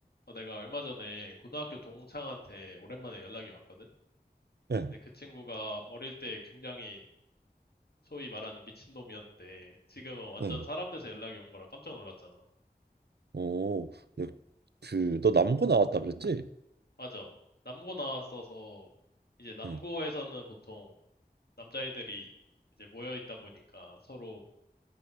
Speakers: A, on the left; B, on the right.
A: 어, 내가 얼마 전에 고등학교 동창한테 오랜만에 연락이 왔거든?
B: 예,
A: 근데 그 친구가 어릴 때 굉장히 소위 말하는 미친놈이었는데 지금은 완전
B: 응.
A: 사람 돼서 연락이 온 거라 깜짝 놀랐잖아.
B: 오, 예, 그, 너 남고 나왔다 그랬지?
A: 맞아. 남고 나왔어서 이제 남고에서는
B: 응,
A: 보통 남자애들이 이제 모여 있다 보니까 서로